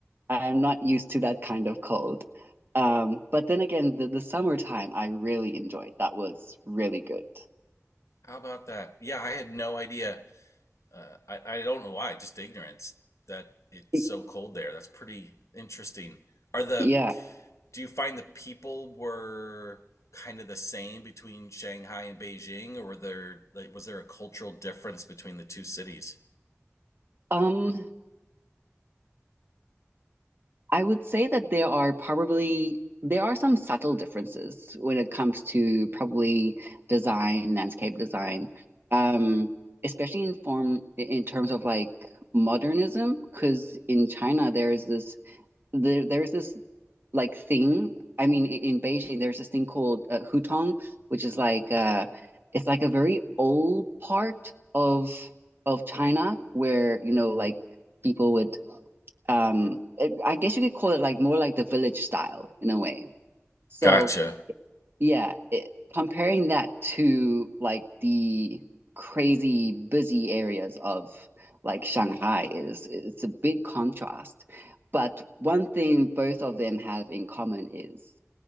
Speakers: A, on the right; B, on the left.
A: I'm not used to that kind of cold. Um, but then again, the, the summertime I really enjoyed. That was really good.
B: How about that? Yeah, I had no idea. Uh, I, I don't know why, just ignorance that it's
A: Y-
B: so cold there. That's pretty interesting. Are the
A: Yeah.
B: do you find the people were kind of the same between Shanghai and Beijing, or were there like was there a cultural difference between the two cities?
A: Um, I would say that there are probably there are some subtle differences when it comes to probably design, landscape design. Um, especially in form in terms of like modernism, because in China there is this there there's this like thing. I mean, i- in Beijing, there's this thing called uh, hutong, which is like uh, it's like a very old part of of China where you know like people would um eh, I guess you could call it like more like the village style in a way. So
B: Gotcha. <laughs>
A: yeah, it, comparing that to like the crazy busy areas of like Shanghai is it's a big contrast. But one thing both of them have in common is